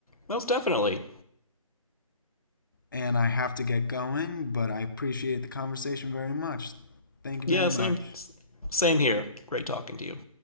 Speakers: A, on the left; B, on the left.
A: most definitely.
B: and I have to get going, but I appreciate the conversation very much. Thank you
A: Yeah,
B: very
A: same
B: much.
A: same here. Great talking to you.